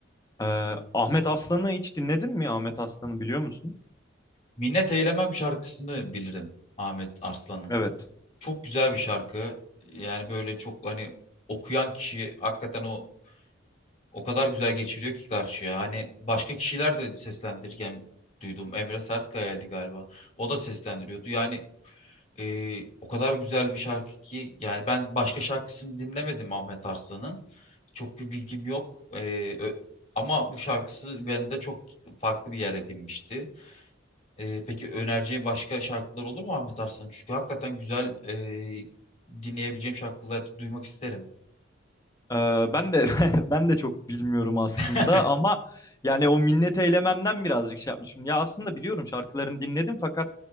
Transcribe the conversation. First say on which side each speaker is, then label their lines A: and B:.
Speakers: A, on the left (about 20°); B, on the left (about 35°).
A: E, Ahmet Aslan'ı hiç dinledin mi? Ahmet Aslan'ı biliyor musun?
B: Minnet Eylemem şarkısını bilirim Ahmet Arslan'ın.
A: Evet.
B: Çok güzel bir şarkı. Yani böyle çok hani okuyan kişi hakikaten o o kadar güzel geçiriyor ki karşıya. Hani başka kişiler de seslendirirken duydum. Emre Sertkaya'ydı galiba. O da seslendiriyordu. Yani e, o kadar güzel bir şarkı ki yani ben başka şarkısını dinlemedim Ahmet Arslan'ın. Çok bir bilgim yok. E, ö- ama bu şarkısı bende çok farklı bir yer edinmişti. Ee, peki önereceğin başka şarkılar olur mu Ahmet Arslan? Çünkü hakikaten güzel e, dinleyebileceğim şarkılar duymak isterim.
A: Ee, ben de <laughs> ben de çok bilmiyorum aslında
B: <laughs>
A: ama yani o minnet eylememden birazcık şey yapmışım. Ya aslında biliyorum şarkılarını dinledim fakat